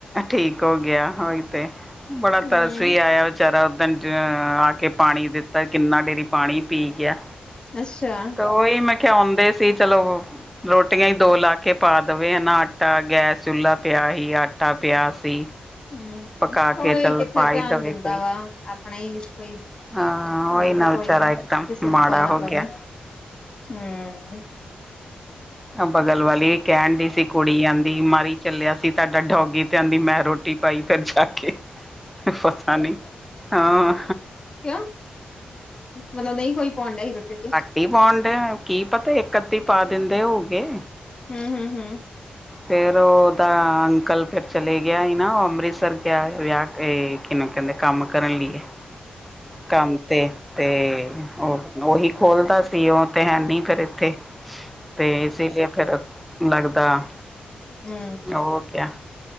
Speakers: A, in the centre; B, on the left.
A: ਠੀਕ ਹੋ ਗਿਆ, ਉਹੀ ਤੇ ਬੜਾ
B: ਹਮ
A: ਤਰਸ ਵੀ ਆਇਆ ਵਿਚਾਰਾ ਉਦਣ ਆ ਕੇ ਪਾਣੀ ਦਿੱਤਾ। ਤਾਂ ਕਿੰਨਾ ਡੇਰੀ ਪਾਣੀ ਪੀ ਗਿਆ।
B: ਅੱਛਾ
A: ਤਾਂ ਉਹੀ ਮੈਂ ਕਿਹਾ ਆਉਂਦੇ ਸੀ ਚਲੋ ਟੀਆਂ ਹੀ ਦੋ ਲਾ ਕੇ ਪਾ ਦੇਵੇ, ਈਨਾ ਆਟਾ, ਗੈਸ, ਚੁੱਲ੍ਹਾ ਪਿਆ ਸੀ, ਆਟਾ ਪਿਆ ਸੀ।
B: ਹਮ-ਹਮ
A: ਪਕਾ
B: ਕੋਈ
A: ਕੇ ਚੱਲ
B: ਕਿੱਥੇ
A: ਪਾ
B: ਧਿਆਨ
A: ਹੀ ਦੇਵੇ
B: ਦਿੰਦਾ
A: ਕੋਈ
B: ਵਾ ਆਪਣਾ ਹੀ ਕੋਈ ਵੇਖਦਾ
A: ਹਾਂ ਉਹੀ ਨਾ ਵਿਚਾਰਾ
B: ਕੋਈ ਨੀ,
A: ਇਕਦਮ
B: ਕਿਸੇ ਨੂੰ
A: ਮਾੜਾ
B: ਕੋਈ
A: ਹੋ
B: ਮਤਲਬ
A: ਗਿਆ
B: ਨੀ। ਹੂੰ।
A: ਹਾ, ਬਗਲ ਵਾਲੀ ਕੈਂਨ ਡੀ ਸੀ। ਕੁੜੀ ਆਂਦੀ, ਮਰ ਈ ਚੱਲਿਆ ਸੀ ਤੁਹਾਡਾ ਡੌਗੀ, 'ਤੇ ਆਂਦੀ, ਮੈਂ ਰੋਟੀ ਪਾਈ ਫਿਰ ਜਾ ਕੇ। ਪਤਾ ਨੀ, ਹਾਂ।
B: ਕਿਉਂ, ਮਤਲਬ ਨਈਂ ਕੋਈ ਪੌਣ ਡੇਆ ਸੀ ਰੋਟੀ 'ਤੇ।
A: ਟੀ ਪਾਉਣ ਡੇਆ, ਕੀ ਪਤਾ ਇੱਕ ਅੱਧੀ ਪਾ ਦਿੰਦੇ ਹੋਗੇ।
B: ਹੂੰ-ਹੂੰ-ਹੂੰ।
A: ਫੇਰ ਓਦਾ ਅੰਕਲ ਫੇਰ ਚਲੇ ਗਿਆ ਈ ਨਾ, ਉਹ ਅੰਮ੍ਰਿਤਸਰ ਗਿਆ ਵਿਆਹ 'ਤੇ, ਕਿਨੂੰ ਕੈਂਦੇ? ਕੰਮ ਕਰਨ ਲਈ ਏ, ਕੰਮ 'ਤੇ- 'ਤੇ। ਓਹੀ ਖੋਲਦਾ ਸੀ ਉਹ 'ਤੇ ਹੈਨੀ ਫੇਰ ਇੱਥੇ, 'ਤੇ ਏਸੇ ਲਈ ਫੇਰ ਲੱਗਦਾ।
B: ਹੂੰ।
A: ਔਰ ਕਿਆ?